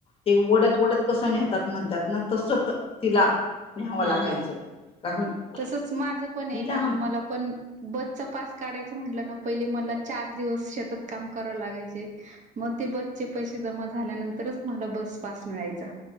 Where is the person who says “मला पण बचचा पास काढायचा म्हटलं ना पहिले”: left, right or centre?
Right